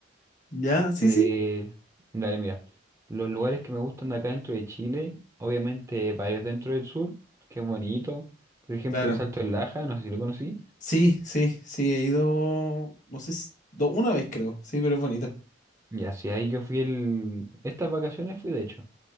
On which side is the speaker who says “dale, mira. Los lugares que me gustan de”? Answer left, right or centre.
Right